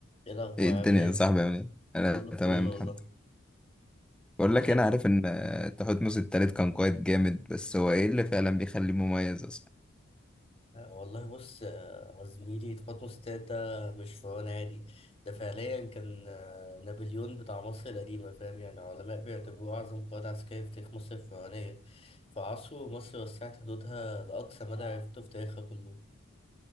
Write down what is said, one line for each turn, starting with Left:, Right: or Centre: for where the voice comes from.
Left: ايه الاخبار
Centre: ايه الدنيا
Left: عامل ايه
Centre: يا صاحبي عامل ايه؟ انا
Left: كله
Centre: تمام
Left: فل والله
Centre: الحمد لله بقول
Left: بقول
Centre: لك إيه،
Left: لك
Centre: انا عارف ان آه، تحتمس التالت كان قائد جامد بس هو ايه اللي فعلا بيخليه مميز اصلا؟
Left: آه، والله بص آه، زميلي خطوه ستات ده مش فرعون عادي ده فعليا كان آه، نابليون بتاع مصر القديمه فاهم يعني علماء بيعتبروه اعظم قائد عسكري في تاريخ مصر الفرعونيه في عصره مصر وسعت حدودها لاقصى مدى عرفته في تاريخها كله